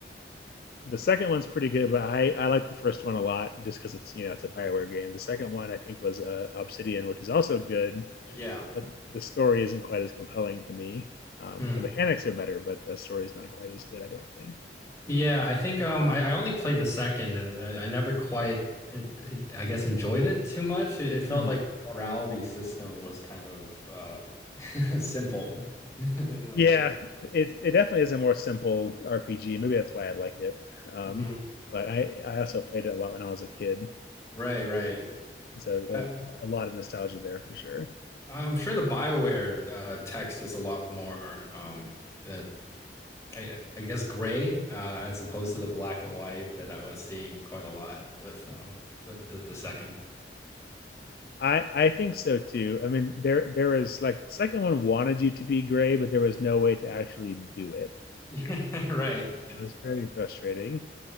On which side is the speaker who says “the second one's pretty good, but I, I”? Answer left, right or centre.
Left